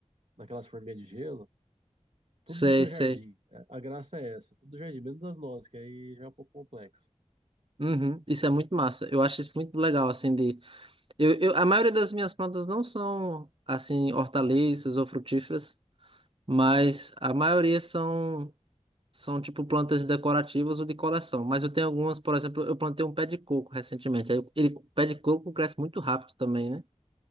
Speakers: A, on the right (about 60°); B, on the right (about 45°).
A: naquelas forminhas de gelo. Tudo
B: Sei,
A: do seu
B: sei.
A: jardim. É, A graça é essa, tudo do jardim, menos as nossas, que aí já é um pouco complexo.
B: Uhum. Isso é muito massa. Eu acho isso muito legal, assim, de... Eu, eu... A maioria das minhas plantas não são, assim, hortaliças ou frutíferas, mas a maioria são, são tipo, plantas decorativas ou de coleção. Mas eu tenho algumas, por exemplo, eu plantei um pé de coco recentemente. Aí ele, o pé de coco cresce muito rápido também, né?